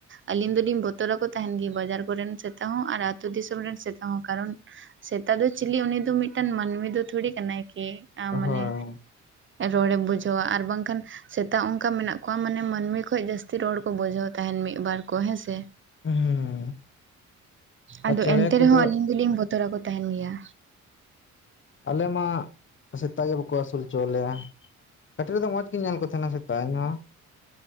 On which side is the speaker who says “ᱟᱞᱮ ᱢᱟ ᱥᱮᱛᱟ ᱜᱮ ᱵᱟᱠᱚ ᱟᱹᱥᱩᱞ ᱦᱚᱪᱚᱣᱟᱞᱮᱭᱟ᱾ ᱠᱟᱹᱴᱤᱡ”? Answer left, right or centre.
Left